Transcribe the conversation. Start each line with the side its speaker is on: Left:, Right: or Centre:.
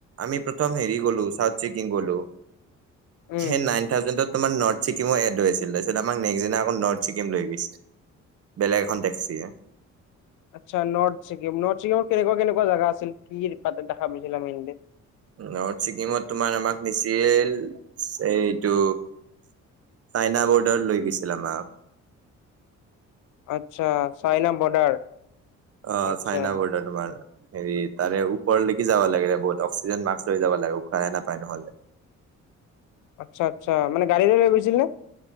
Right: আমি প্ৰথম হেৰি গ'লো চাউথ ছিকিম গলোঁ
Left: উম
Right: সেই নাইন থাউজেড তোমাৰ নথ চিকিম এড লৈ আছিল তাৰপিছত আমাক নেক্স দিনাখন নৰ্থ ছিকিম লৈ গৈছে বেলেগ এখন টেক্সিয়ে
Left: আচ্ছা নৰ্থ ছিকিম নৰ্থ ছিকিমৰ কেনেকুৱা কেনেকুৱা জেগা আছিল কি কি দিপাৰ্টমেন দেখা পাইছিলা মেনকে।
Right: নৰ্থ ছিকিমত তোমাক আমাক নিছিল। এইটো চাইনা বৰ্ডাৰ লৈ গৈছিল আমাক।
Left: আচ্ছা চাইনা বৰ্ডাৰ।
Right: অ
Left: আচ্ছা
Right: চাইনা বৰ্ডাৰ তোমাৰ। হেৰি তাৰে ওপৰলৈকে যাব লাগে বহুত অক্সিজেন মাক্ক লৈ যাব লাগে উশাহে নাপায় নহলে।
Left: আচ্ছা আচ্ছা মানে গাড়ীৰে লৈ গৈছিল নে।